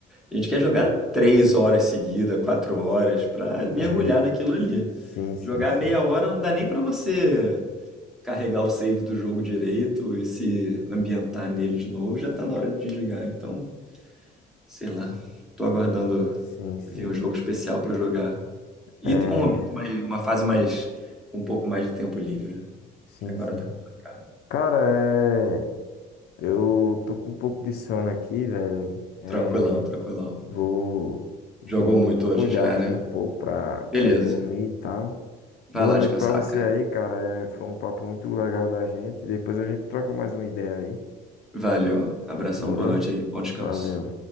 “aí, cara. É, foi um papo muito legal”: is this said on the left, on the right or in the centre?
Left